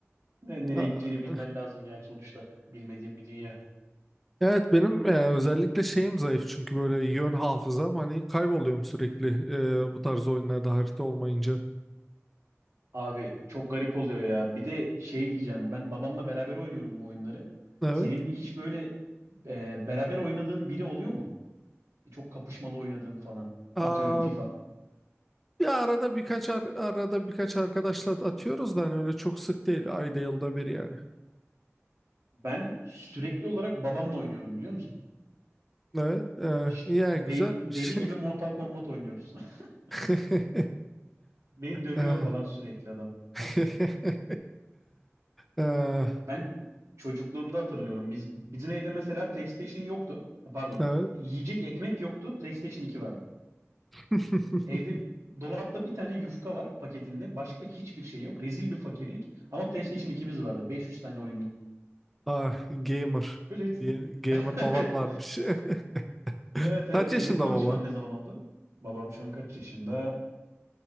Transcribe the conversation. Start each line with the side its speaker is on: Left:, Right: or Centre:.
Right: Ne- nereye
Centre: A-
Right: gideceğini bilmen lazım yani sonuçta. Bilmediğim bir dünya.
Centre: Evet benim e, özellikle şeyim zayıf çünkü böyle yön hafızam hani kayboluyorum sürekli e, bu tarz oyunlarda harita olmayınca.
Right: Abi çok garip oluyor ya. Bir de şey diyeceğim. Ben babamla beraber oynuyorum bu oyunları.
Centre: Evet.
Right: Senin hiç böyle e, beraber oynadığın biri oluyor mu? Çok kapışmalı oynadığın falan.
Centre: Aa,
Right: Atıyorum FIFA.
Centre: ya arada birkaç ar- arada birkaç arkadaşla atıyoruz da hani öyle çok sık değil. Ayda yılda bir yani.
Right: Ben sürekli olarak babamla oynuyorum biliyor musun?
Centre: Evet.
Right: Ş-
Centre: E, yani
Right: de-
Centre: güzelmiş.
Right: deli gibi Mortal Kombat oynuyoruz. <laughs>
Centre: <laughs>
Right: Beni dövüyor
Centre: Ee,
Right: falan sürekli adam.
Centre: <laughs> ee,
Right: Ben çocukluğumda hatırlıyorum. Biz, bizim evde mesela PlayStation yoktu. Ha, Pardon.
Centre: evet.
Right: Yiyecek ekmek yoktu. PlayStation iki vardı.
Centre: <laughs>
Right: Evde dolapta bir tane yufka var paketinde. Başka hiçbir şey yok. Rezil bir fakirlik. Ama PlayStation ikimiz vardı. 500 tane oyunlu.
Centre: Ah, gamer.
Right: Böyle
Centre: Diye- Gamer
Right: <laughs>
Centre: baban
Right: evet.
Centre: varmış. <laughs>
Right: Evet evet.
Centre: Kaç yaşında
Right: Senin tanışman
Centre: baban?
Right: ne zaman oldu? Babam şu an kaç yaşında?